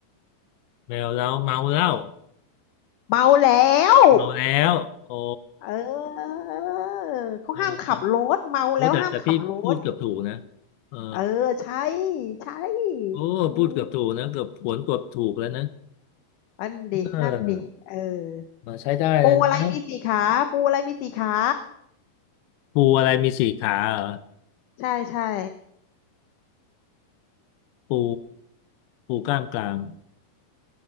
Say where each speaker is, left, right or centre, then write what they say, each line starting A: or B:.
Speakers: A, on the left; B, on the left.
A: แมวแล้วเมาเหล้า
B: เมาแล้ว
A: เมาแล้วอ๋อ
B: เออเขาห้ามขับรถเมาแล้วห้ามขับรถ
A: เออแต่โอ้แต่แต่พี่พูดเกือบถูกนะเออ
B: เออใช่ใช่
A: โอ้พูดเกือบถูกนะเกือบผวนเกือบถูกแล้วนะ
B: อืมนั่นดินั่นดิเออ
A: เออมาใช้ได้เลยนะ
B: ปูอะไรมีสี่ขาปูอะไรมีสี่ขา
A: ปูอะไรมีสี่ขาเหรอ
B: ใช่ใช่
A: ปูปูกล้ามกราม